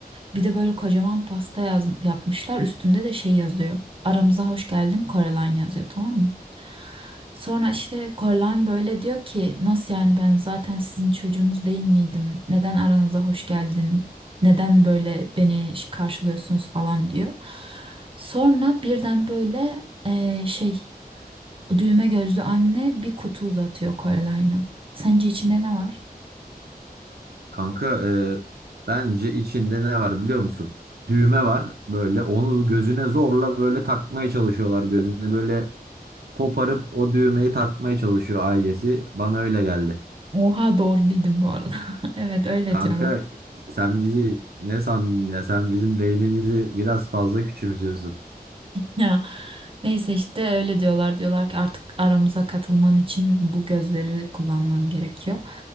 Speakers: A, on the right; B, on the right.
A: Bir de böyle kocaman pasta yaz, yapmışlar. Üstünde de şey yazıyor. Aramıza hoş geldin Coraline yazıyor tamam mı? Sonra işte Coraline böyle diyor ki nasıl yani ben zaten sizin çocuğunuz değil miydim? Neden aranıza hoş geldin? Neden böyle beni karşılıyorsunuz falan diyor. Sonra birden böyle eee, şey Düğme gözlü anne bir kutu uzatıyor Coreline'a. Sence içinde ne var?
B: Kanka e, bence içinde ne var biliyor musun? Düğme var böyle onu gözüne zorla böyle takmaya çalışıyorlar. Gözünü böyle koparıp o düğmeyi takmaya çalışıyor ailesi. Bana öyle geldi.
A: Oha doğru bildim bu arada. <laughs> Evet öyle
B: Kanka
A: diyorlar.
B: sen bizi ne sandın ya? Sen bizim beynimizi biraz fazla küçümsüyorsun.
A: Ya neyse işte öyle diyorlar. Diyorlar ki artık aramıza katılman için bu gözleri kullanman gerekiyor.